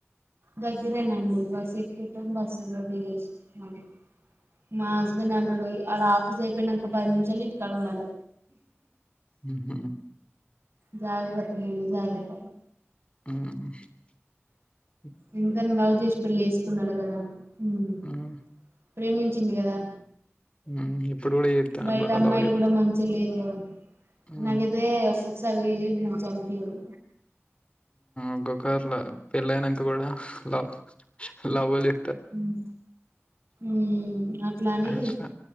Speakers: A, on the right; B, on the left.
A: దగ్గరేనండి బస్ ఎక్కుత బస్సులో దిగేసి మళ్ళీ మా హస్బెండ్ అంటడు అడ ఆఫీస్ అయిపోయినాంక పది నిమిషాల్లో ఇంటికాడ ఉండాలి
B: మ్ హు
A: జాగ్రత్త ముందు జాగ్రత్త
B: మ్
A: ఎంత అన్న లవ్ జేసి పెళ్ళి చేసుకున్నాడు కదా మ్
B: ఉమ్
A: ప్రేమించిండు కదా
B: ఉమ్ ఇప్పుడు కూడా చేత్తా
A: బయట
B: అట్లా
A: అమ్మాయిలు
B: లవ్ చేత్
A: కూడా మంచిగా లేరు గద
B: ఉమ్
A: నాకైతే ఒకసారి మంచిగ అనిపియదు
B: ఒక్కొక్కర్ల పెళ్ళి అయినంక కూడా లవ్ లవ్లీ
A: మ్ మ్ అట్లాని
B: అట్లా